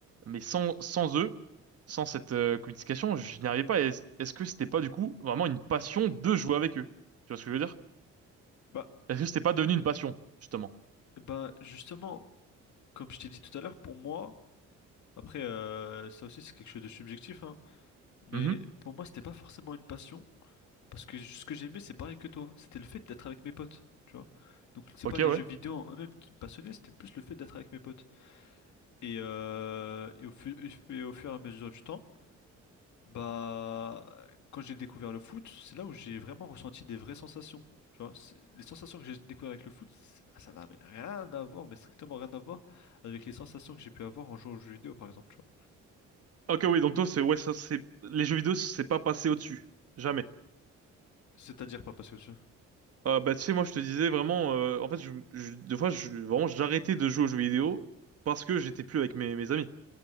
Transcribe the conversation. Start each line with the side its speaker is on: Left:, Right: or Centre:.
Right: mais sans, sans eux, sans cette euh, communication, je n'y arrivais pas. Et Est-ce est-ce que c'était pas du coup vraiment une passion de jouer avec eux? Tu vois ce que je veux dire?
Left: Bah,
Right: Est-ce que c'était pas devenu une passion, justement?
Left: Bah justement, comme je t'ai dit tout à l'heure, pour moi, après euh, ça aussi c'est quelque chose de subjectif, hein, mais
Right: Mhm.
Left: pour moi c'était pas forcément une passion, parce que ce que j'aimais c'est pareil que toi, c'était le fait d'être avec mes potes, tu vois. Donc c'est
Right: Ok,
Left: pas les
Right: ouais.
Left: jeux vidéo en eux-mêmes qui me passionnaient, c'était plus le fait d'être avec mes potes. Et, euh, et, au fu- et au fur et à mesure du temps, Bah, quand j'ai découvert le foot, c'est là où j'ai vraiment ressenti des vraies sensations. Tu vois, c'est- les sensations que j'ai découvert avec le foot, c'est- ah, ça n'a mais rien à voir, mais strictement rien à voir avec les sensations que j'ai pu avoir en jouant aux jeux vidéo, par exemple. tu vois.
Right: Ok, oui, donc toi, c'est ouais, ça, c'est les jeux vidéo, c'est pas passé au-dessus, jamais.
Left: C'est-à-dire pas parce que tu...
Right: Euh, bah, tu sais, moi, je te disais vraiment, euh, en fait, je, je- des fois, je, vraiment, j'arrêtais de jouer aux jeux vidéo parce que j'étais plus avec mes, mes amis.